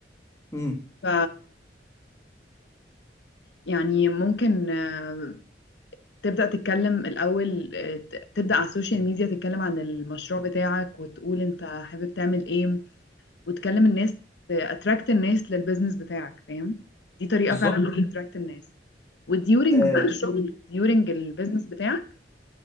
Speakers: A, on the left (about 15°); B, on the left (about 75°).
A: امم
B: ف يعني ممكن آه، تبدأ تتكلم الأول آه، ت- تبدأ على السوشيال ميديا تتكلم عن المشروع بتاعك وتقول أنت حابب تعمل إيه وتكلم الناس اتراكت الناس للبيزنس بتاعك فاهم دي طريقه
A: بالظبط
B: فعلا بتتراكت الناس وديورنج
A: آه،
B: بقى الشغل ديورنج البيزنس بتاعك